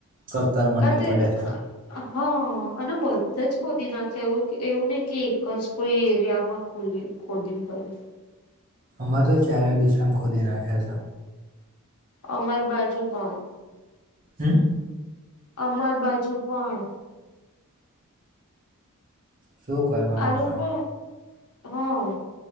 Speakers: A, on the right; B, on the left.
A: તો અત્યારે મંડી
B: કતે
A: પડે છે
B: <inaudible> હા અને બધે જ ખોદી નાખ્યા એવું એવું નહિ કે એકજ કોઈ એરિયામાં ખુલ્યું ખોદ્યું હોય.
A: અમારે તો ચારે દિશામ ખોદી નાખ્યા છે.
B: અમાર બાજુ પણ.
A: હમ્મ.
B: અમાર બાજુ પણ
A: શું કરવાનું
B: આલુકો
A: આ
B: હા.